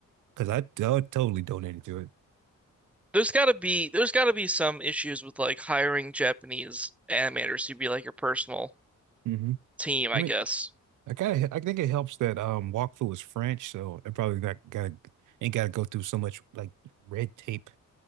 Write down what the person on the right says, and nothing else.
because I, d- I totally donated to it.
hmm
I mean,
I kind of I think it helps that um Wakfu is French, so it probably got got ain't got to go through so much like red tape.